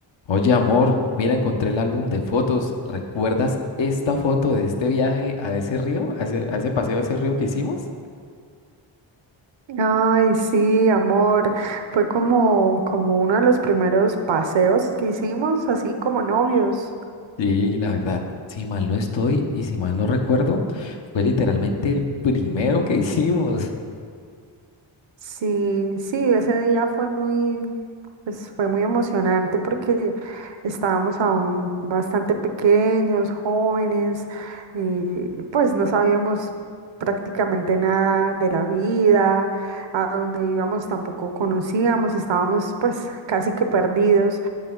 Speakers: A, on the left; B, on the right.
A: Oye, amor, mira, encontré el álbum de fotos. ¿Recuerdas esta foto de este viaje a ese río, a ese, a ese paseo a ese río que hicimos?
B: Ay, sí, amor. Fue como, como uno de los primeros paseos que hicimos, así como novios.
A: Sí, la verdad, si mal no estoy y si mal no recuerdo, fue literalmente el primero que <laughs> hicimos.
B: Sí, sí, ese día fue muy, pues fue muy emocionante porque estábamos aún bastante pequeños, jóvenes, y pues no sabíamos prácticamente nada de la vida, a dónde íbamos tampoco conocíamos, estábamos pues casi que perdidos.